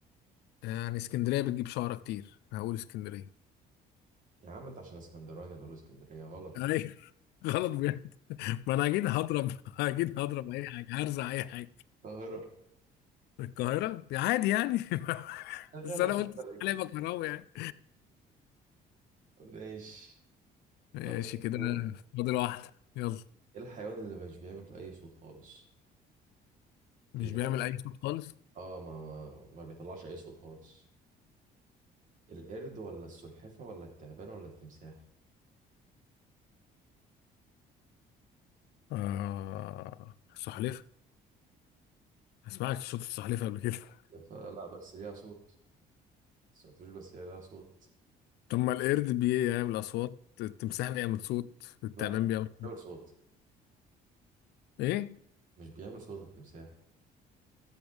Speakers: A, on the left; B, on the right.
A: يعني اسكندرية بتجيب شعرة كتير أنا هقول اسكندرية
B: يا عم أنت عشان اسكندراني تقول اسكندرية غلط
A: أيوة <laughs> غلط بجد ما أنا أكيد هضرب <laughs> أكيد هضرب أي حاجة هرزع أي حاجة
B: القاهرة
A: من القاهرة عادي يعني <laughs>
B: شغالة
A: بس أنا
B: في
A: قلت
B: فرق كبير
A: علي بكراوي يعني
B: ماشي
A: ماشي
B: طب ايه
A: كده
B: الحيوان
A: فاضل واحدة يلا
B: ايه الحيوان اللي مش بيعمل اي صوت خالص
A: مش
B: القرد
A: بيعمل أي صوت خالص
B: اه ما ما ما بيطلعش اي صوت خالص القرد ولا السلحفة ولا التعبان ولا التمساح
A: آه السلحفاة ما سمعتش صوت السلحفاة قبل كده <laughs>
B: السلحفة لا بس ليها صوت سمعتوش بس هي ليها صوت
A: طب ما القرد بيعمل أصوات التمساح بيعمل صوت التعبان
B: لا ده
A: بيعمل
B: بيعمل
A: صوت
B: صوت
A: إيه؟
B: مش بيعمل صوت التمساح